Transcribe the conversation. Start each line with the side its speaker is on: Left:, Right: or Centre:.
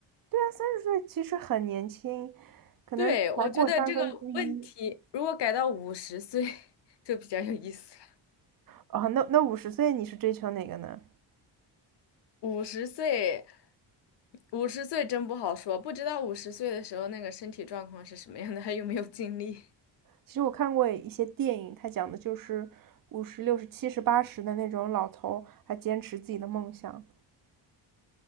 Right: 对啊，三十岁其实很年轻，可能才过三分之一
Left: 对，我觉得这个问题如果改到五十岁 <laughs> 就比较有意思了。
Right: 啊。那那五十岁你是追求哪个呢？
Left: 五十岁，五十岁真不好说，不知道五十岁的时候那个身体状况是什么样的，还有没有精力。
Right: 其实我看过一些电影，它讲的就是五十、六十、七十、八十的那种老头，还坚持自己的梦想，